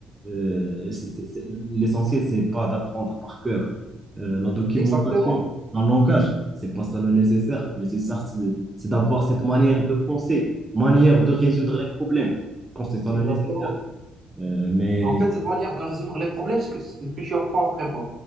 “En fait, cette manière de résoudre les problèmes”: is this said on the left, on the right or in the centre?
Right